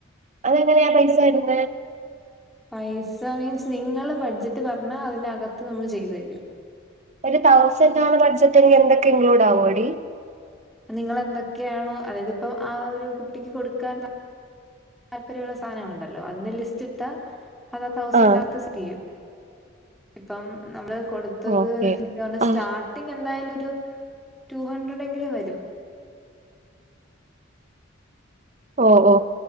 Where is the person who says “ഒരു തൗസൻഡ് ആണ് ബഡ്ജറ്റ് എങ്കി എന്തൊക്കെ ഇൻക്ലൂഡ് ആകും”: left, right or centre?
Right